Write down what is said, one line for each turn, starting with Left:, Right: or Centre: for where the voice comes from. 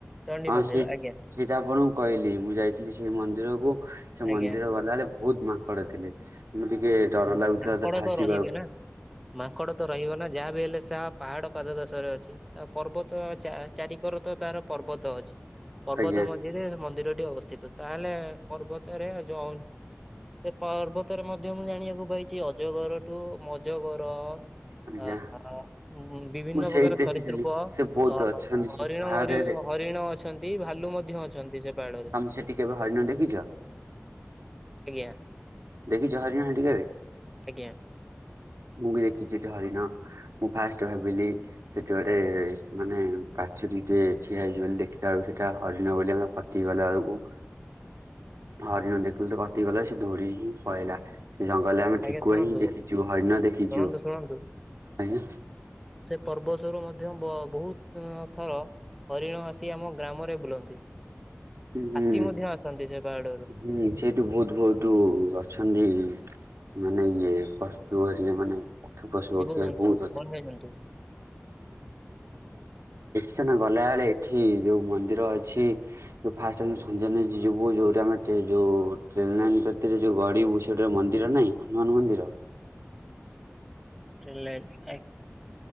Centre: ଚଣ୍ଡୀ
Right: ହଁ
Centre: ମନ୍ଦିର
Right: ସେ
Centre: ଆଜ୍ଞା
Right: ସେଇଟା ଆପଣଙ୍କୁ କହିଲି ମୁଁ ଯାଇଥିଲି ସେଇ ମନ୍ଦିରକୁ ସେ
Centre: ଆଜ୍ଞା
Right: ମନ୍ଦିର ଗଲାଳେ ବହୁତ ମାଙ୍କଡ଼ ଥିଲେ। ମୁଁ ଟିକେ ଡର
Centre: ଆଜ୍ଞା
Right: ଲାଗୁଥିଲା
Centre: ମାଙ୍କଡ
Right: ଫାଚିବାଉ
Centre: ତ ରହିବେ ନା ମାଙ୍କଡ ତ ରହିବ ନା ଯାହା ବି ହେଲେ ସା ପାହାଡ ପାଦ ଦସରେଛି ଛି, ତା ପର୍ବତ ଚା ଚାରିିକର ତ ତାର ପର୍ବତ ଅଛି। ପର୍ବତ
Right: ଆଜ୍ଞା
Centre: ମଝିରେ ମନ୍ଦିର ଟି ଅବସ୍ଥିତ ତାହେଲେ ପର୍ବତରେ ଜ‌ଉ ସେ ପର୍ବ ତରେ ମଧ୍ୟ ମୁଁ ଜାଣିବାକୁ ପାଇଛି ଅଜଗରଠୁ ମଜଗର
Right: ଆଜ୍ଞା
Centre: ଆ ହା ଉଁ ବିଭିନ୍ନ
Right: ମୁଁ ସେଇଠି
Centre: ପ୍ରକାର
Right: ଦେଖିଥିଲି
Centre: ସରିସୃପ
Right: ସେ ବହୁତ
Centre: <unintelligible>
Right: ଅଛନ୍ତି ସେ
Centre: ହରିଣ
Right: ପାହାଡରେ
Centre: ମରି ହରିଣ ଅଛନ୍ତି ଭାଲୁ ମଧ୍ୟ ଅଛନ୍ତି ସେ ପାହାଡରେ।
Right: ତମେ ସେଠି କେବେ ହରିଣ ଦେଖିଛ
Centre: ଆଜ୍ଞା।
Right: ଦେଖି ଛ ହରିଣ ହେଟି କେବେ।
Centre: ଆଜ୍ଞା
Right: ମୁଁ ବି ଦେଖିଛି ସେଠି ହରିଣ। ମୁଁ ଫାଷ୍ଟ ଭାବିଲି ସେଠି ଗୋଟେ ମାନେ ପାଛୁରୀ ଟେ ଠିଆ ହେଇଛି ବୋଲି ଦେଖଟା ବେଳକୁ ସେଇଟା ହରିଣ ବୋଲି ଆମେ ପତି ଗଲା ବେଳକୁ ହରିଣ ଦେଖଥିଲୁ ତ କତି ଗଲା ସେ ଧୋଡି କି ପଳଲା। ଜଙ୍ଗଲରେ ଆମେ
Centre: ଆଜ୍ଞା
Right: ଠେକୁଆ
Centre: ଶୁଣନ୍ତୁ
Right: ହିଁ ଦେଖିଛୁ ହଇଣ ଦେଖିଛୁ।
Centre: ଶୁଣନ୍ତୁ ଶୁଣନ୍ତୁ
Right: ଆଜ୍ଞା
Centre: ପର୍ବସରୁ ମଧ୍ୟ ବ ବହୁତ ଥର ହରିଣ ଆସି ଆମ ଗ୍ରାମରେ ବୁଲନ୍ତି।
Right: ହୁଁ।
Centre: ହାତୀ ମଧ୍ୟ ଆସନ୍ତି ସେ ପାହାଡରୁ
Right: ହୁଁ ସେଇଠୁ ବହୁତ ବହୁତ ଅଛନ୍ତି ମାନେ ଇଏ କଷ୍ଟୁଓରିଆ ମାନେ ପକ୍ଷୀ ପଶୁ ପକ୍ଷୀ
Centre: ଜୀବଜନ୍ତୁ
Right: <unintelligible> ଆଉ ଗୋଟେ
Centre: ବନ୍ୟଜନ୍ତୁ
Right: ଚନା ଗଲା ବେଳେ ଏଠି ଯୋଉ ମନ୍ଦିର ଅଛି ଉ ଫାଷ୍ଟ ଆ ସଞଜନ ଯିବୁ ଯୋଉଟା ଆମେ ଟେ ଯୋଉ ଟ୍ରେନଲାନ ଯୋଉ କତିରେ ଗଡିିବୁ ସେଟ ମନ୍ଦିର ଡ ନାଇଁ ହନୁମାନ ମନ୍ଦିର।
Centre: ଟ୍ରେନ ଲାଇନ୍ ଆଇ